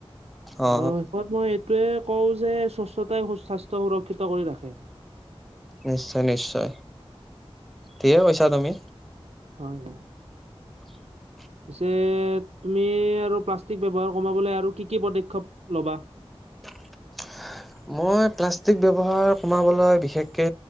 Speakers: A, in the centre; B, on the right (about 85°).
A: অ
B: আৰু শেষত মই তে কও যে স্বচ্ছতাই স্বাস্থ্য সুৰক্ষিত কৰি ৰাখে।
A: নিশ্চয় নিশ্চয়, ঠিকে কৈছা তুমি।
B: হয় হয়
A: <unintelligible>
B: পিছে তুমি আৰু প্লাষ্টিক ব্যৱহাৰ কমাবলে আৰু কি কি পদক্ষেপ ল'বা?
A: <unintelligible> মই প্লাষ্টিক ব্যৱহাৰ কমাবলৈ বিশেষকে